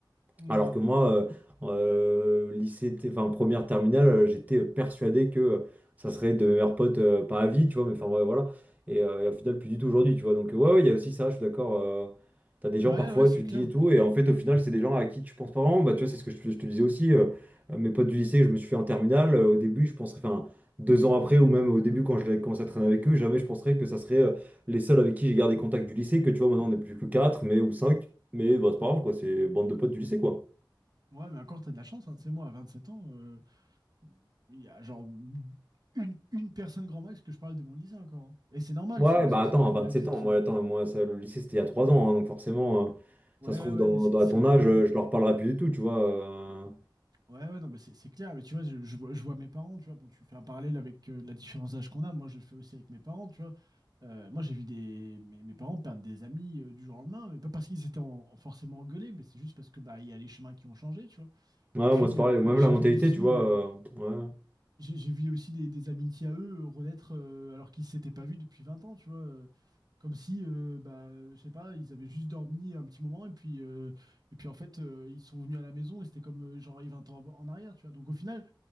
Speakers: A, on the right; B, on the right.
A: Mm.
B: Alors que moi, euh, euh, lycée, t- enfin première terminale, euh, j'étais persuadé que euh, ça serait de mes meilleurs potes, euh, pas à vie, tu vois, mais enfin ouais, voilà. Et, euh, et au final, plus du tout aujourd'hui, tu vois. Donc euh, ouais, ouais, il y a aussi ça, je suis d'accord. euh, T'as des gens
A: Ouais,
B: parfois,
A: ouais, c'est
B: tu
A: clair.
B: te dis et tout, et en fait, au final, c'est des gens à qui tu penses pas vraiment. Bah, tu vois, c'est ce que je, te je te disais aussi. euh, euh, mes potes du lycée, que je me suis fait en terminale. euh, au début, je penserais, enfin, deux ans après, ou même au début, quand je l'ai commencé à traîner avec eux, jamais je penserais que ça serait euh, les seuls avec qui j'ai gardé contact du lycée, que tu vois, maintenant on n'est plus que quatre, mais ou cinq. Mais bah, c'est pas grave, quoi, c'est bande de potes du lycée, quoi.
A: Ouais, mais encore, t'as de la chance, hein. Tu sais, moi, à 27 ans, euh, Il y a genre une, une personne grand max que je parle de mon lycée encore. hein. Et c'est normal,
B: Ouais,
A: c'est parce
B: bah
A: que
B: attends,
A: c'est la,
B: à
A: la
B: 27
A: vie
B: ans,
A: qui
B: moi, attends,
A: est.
B: moi, ça, le lycée, c'était il y a 3 ans, hein, donc forcément, euh, ça
A: Ouais,
B: se trouve,
A: ouais,
B: dans,
A: mais c'est
B: dans- à
A: c'est
B: ton
A: normal.
B: âge, euh, je leur parlerai plus du tout, tu vois. euh.
A: Ouais, ouais, non, mais c'est c'est clair. Mais tu vois, je, je vois, je vois mes parents, tu vois. Bon, tu fais un parallèle avec euh, la différence d'âge qu'on a. Moi, je le fais aussi avec mes parents, tu vois. Euh, moi, j'ai vu des, mes, mes parents perdre des amis euh, du jour au lendemain, mais pas parce qu'ils étaient en- en forcément engueulés, mais c'est juste parce que bah, il y a les chemins qui ont changé, tu vois.
B: Ouais,
A: Et puis,
B: moi, c'est pareil,
A: euh,
B: même
A: bah, j'ai
B: la mentalité,
A: vu aussi.
B: tu vois,
A: euh,
B: euh, ouais,
A: j'ai j'ai vu aussi des, des amitiés à eux euh, renaître euh, alors qu'ils s'étaient pas vus depuis 20 ans, tu vois. euh, comme si, euh, bah, euh, je sais pas, ils avaient juste dormi un petit moment et puis, euh, et puis en fait, euh, ils sont venus à la maison et c'était comme euh, genre il y a 20 ans en en arrière, tu vois. Donc au final,